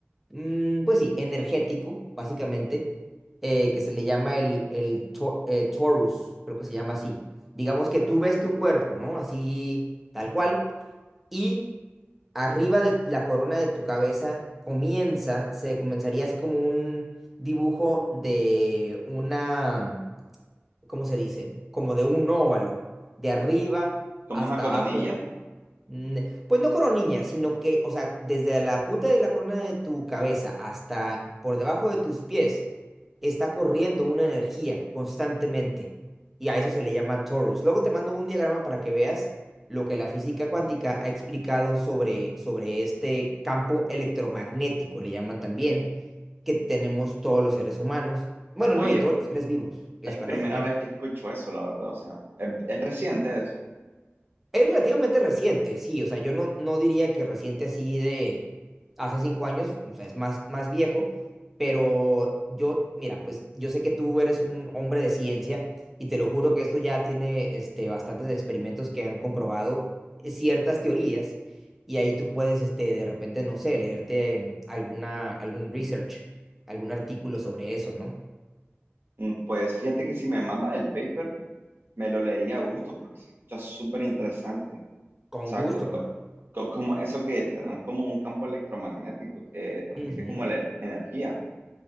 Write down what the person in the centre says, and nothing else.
mm, pues sí, energético, básicamente, eh, que se le llama el, el to- eh, torus, creo que se llama así. Digamos que tú ves tu cuerpo, ¿no? Así, tal cual, y arriba de la corona de tu cabeza comienza, se comenzaría así como un dibujo de una, ¿cómo se dice? Como de un óvalo, de arriba
hasta
abajo. Mm, Pues no coronilla, sino que, o sea, desde la punta de la corona de tu cabeza hasta por debajo de tus pies, está corriendo una energía constantemente. Y a eso se le llama torus. Luego te mando un diagrama para que veas lo que la física cuántica ha explicado sobre, sobre este campo electromagnético, le llaman también, que tenemos todos los seres humanos. Bueno,
no, y todos los seres vivos, las
plantas
también.
Es relativamente reciente, sí, o sea, yo no, no diría que reciente así de hace cinco años, o sea, es más, más viejo, pero yo, mira, pues yo sé que tú eres un hombre de ciencia y te lo juro que esto ya tiene este, bastantes experimentos que han comprobado eh, ciertas teorías y ahí tú puedes, este, de repente, no sé, leerte mm, alguna, algún research, algún artículo sobre eso, ¿no?
Con
gusto,
hermano.
Ujú,